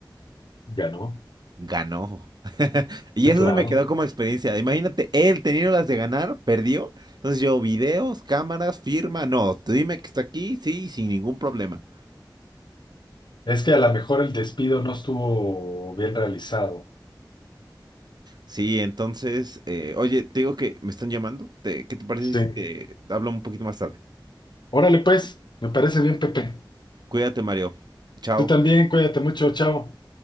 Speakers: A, on the left; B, on the right.
A: ganó.
B: Ganó. <laughs> Y
A: Sí,
B: eso
A: claro.
B: se me quedó como experiencia. Imagínate, él teniendo las de ganar, perdió. Entonces yo, videos, cámaras, firma, no, tú dime que está aquí, sí, sin ningún problema.
A: Es que a lo mejor el despido no estuvo bien realizado.
B: Sí, entonces, eh, oye, te digo que me están llamando. Te- ¿qué te parece
A: Sí.
B: si te hablo un poquito más tarde?
A: Órale, pues, me parece bien, Pepe.
B: Cuídate, Mario. Chao.
A: Tú también, cuídate mucho, chao.